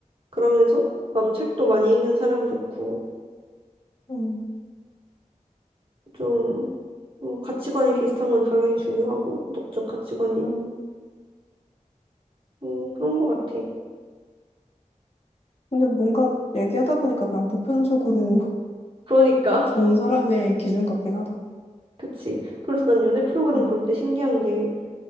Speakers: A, on the right; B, on the left.
A: 그러면서 나도 책도 많이 읽는 사람이 좋고
B: 음,
A: 좀 뭐, 가치관이 비슷한 건 당연히 중요하고 도덕적 가치관이
B: 음.
A: 음, 그런 것 같아.
B: 근데 뭔가 얘기하다 보니까 그냥 보편적으로 <laughs>
A: 그러니까
B: 좋은 사람의 기준 같긴 하다.
A: <laughs> 그치. 그래서 난 연애 프로그램
B: 음,
A: 볼 때 신기한 게